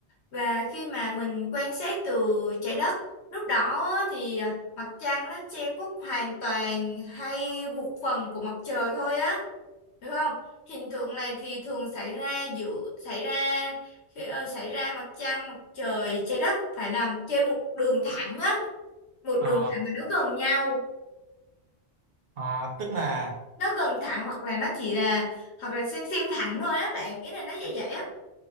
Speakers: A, on the left; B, on the right.
A: và khi mà mình quan sát từ trái đất, lúc đó á, thì à, mặt trăng nó che khuất hoàn toàn hay một phần của mặt trời thôi á, được không? Hiện tượng này thì thường xảy ra giữa xảy ra khi ờ, xảy ra mặt trăng, mặt trời, trái đất phải nằm trên một đường thẳng á, một
B: Ờ,
A: đường thẳng mà nó gần nhau
B: ờ, tức là
A: nó gần thẳng hoặc là nó chỉ là hoặc là xem xem thẳng thôi á bạn ý là nó vậy vậy á